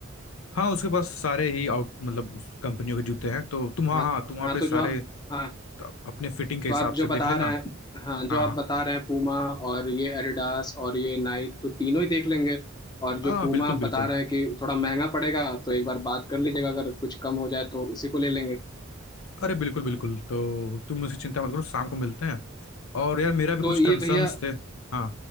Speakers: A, on the left; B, on the left.
A: हाँ उसके पास सारे ही आउट मतलब उस कंपनियों के जूते हैं तो तुम हाँ
B: हाँ
A: हाँ तुम वहाँ
B: हाँ
A: पे
B: तो
A: सारे
B: जो आप हाँ
A: त- अपने फिटिंग के हिसाब
B: तो आप जो
A: से
B: बता
A: देख लेना
B: रहे हैं हाँ जो
A: हाँ
B: आप
A: हाँ
B: बता रहे हैं पूमा और ये एडिडास और ये नाइक तो तीनों ही देख लेंगे और जो
A: हाँ
B: पूमा
A: बिल्कुल बिल्कुल
B: बता रहे हैं कि थोड़ा महंगा पड़ेगा तो एक बार बात कर लीजिएगा अगर कुछ कम हो जाए तो उसी को ले लेंगे
A: अरे बिल्कुल बिल्कुल तो तुम उसकी चिंता मत करो शाम को मिलते हैं और यार मेरा भी
B: तो
A: कुछ
B: ये
A: कंसर्न्स
B: भैया
A: थे हाँ